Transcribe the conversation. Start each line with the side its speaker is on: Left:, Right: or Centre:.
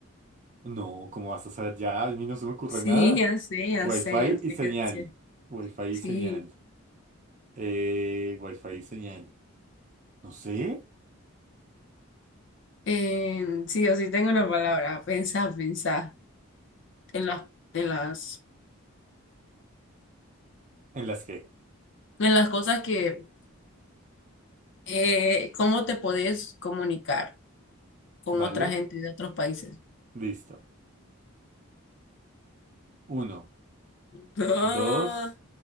Right: No, ¿cómo vas a saber ya? A mí no se me ocurre
Left: Sí,
Right: nada.
Left: ya sé, ya
Right: Wi-Fi
Left: sé, ya sé
Right: y señal.
Left: qué decir.
Right: Wi-Fi
Left: Sí.
Right: y señal. Eh, Wi-Fi y señal. No sé.
Left: Eh, sí, yo sí tengo una palabra. Pensar, pensar en las, en las,
Right: En las que.
Left: en las cosas que, eh, cómo te podés comunicar con
Right: Vale.
Left: otra gente de otros países.
Right: Listo. Uno,
Left: <laughs> No,
Right: dos,